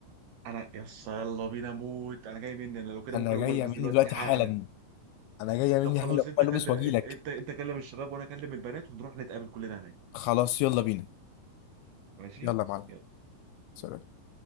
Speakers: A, on the right (about 65°); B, on the left (about 80°).
A: انا يس يلا بينا موت انا جاي مني انا لو كده
B: انا
A: ممكن اقوم
B: جايه
A: البس
B: مني
A: دلوقتي
B: دلوقتي
A: حالا
B: حالا انا جايه مني
A: طب خلاص
B: حالا اقوم
A: انت كلم
B: البس واجي
A: انت
B: لك
A: انت انت كلم الشباب وانا اكلم البنات ونروح نتقابل كلنا هناك
B: خلاص يلا بينا
A: ماشي
B: يلا يا معلم
A: يلا.
B: سلام